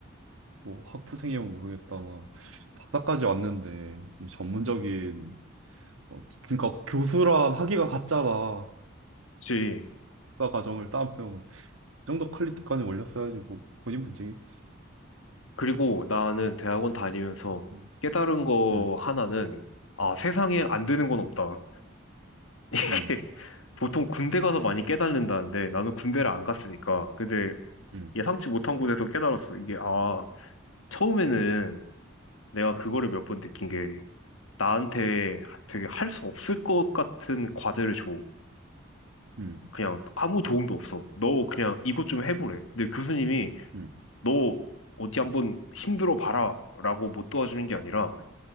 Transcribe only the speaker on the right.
뭐 학부생이면 모르겠다만 박사까지 왔는데 이 전문적인 어, 그러니까 교수랑 학위가 같잖아.
학사 과정을 따면 그 정도 퀄리티까지 올렸어야지 뭐 본인 문제겠지.
음,
음,
음,
음,
음,
음,